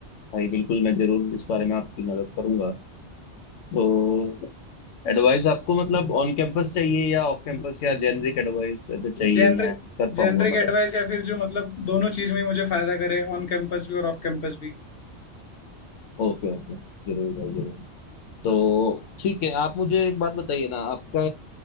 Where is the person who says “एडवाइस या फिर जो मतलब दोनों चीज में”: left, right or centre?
Left